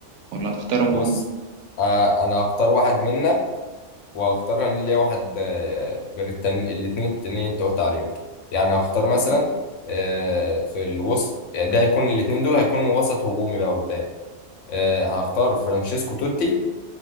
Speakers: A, on the right; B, on the left.
A: ولا هتختارهم
B: بص
A: هم
B: آه انا هختار واحد منك وهختار انا ليا واحد آه غير التاني الاتنين التانيين انت قلت عليهم يعني هختار مثلا
A: م.
B: آه في الوسط يعني ده هيكون الاتنين دول هيكونوا وسط هجومي بقى قدام آه هختار فرانشيسكو توتي